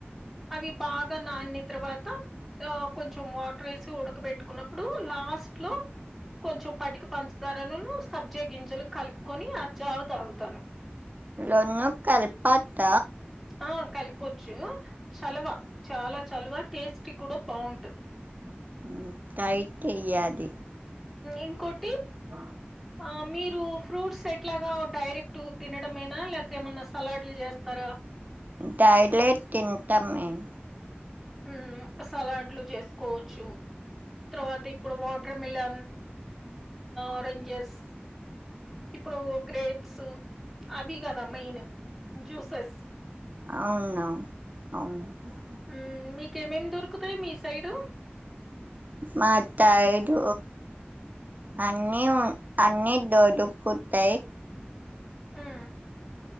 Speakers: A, in the centre; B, on the right (about 45°).
A: అవి బాగా నాణ్య తర్వాత ఆ కొంచెం వాటర్ వేసి ఉడకబెట్టుకున్నప్పుడు లాస్ట్ లో కొంచెం పటికి పంచుతారని సబ్జా గింజలు కలుపుకొని ఆ జావ తాగుతాను.
B: లోన్న కల్పత
A: ఆ కలపవచ్చు చలవా చాలా చలవా టేస్టీ కూడా బాగుంటది.
B: హ్మ్మ్ కైట్టెయ్యది
A: ఇంగ్కోటి
B: ఆ
A: ఆ మీరు ఫ్రూట్స్ ఎట్లాగా డైరెక్ట్ తినడ మేన లేక ఏమన్నా సలాడ్లు చేస్తారా
B: డైలైట్ తింటాం మేము
A: హ్మ్మ్ సలాడ్లు చేసుకోవచ్చు తర్వాత ఇప్పుడు వాటర్ మిలన్ ఆరెంజెస్ ఇప్పుడు గ్రేప్స్ అవి కదా మెయిన్ జూస్ ఫ్లస్
B: అవును అవును అవును
A: హ్మ్మ్ మీకేమేమి దొరుకుతాయి మీ సైడు
B: మా సైడు అన్నీ ఉ అన్నీ దొరుకుతాయి
A: మ్మ్